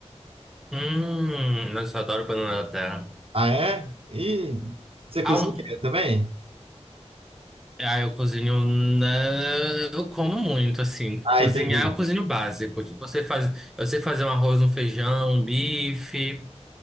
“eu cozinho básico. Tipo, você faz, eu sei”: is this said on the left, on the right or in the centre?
Centre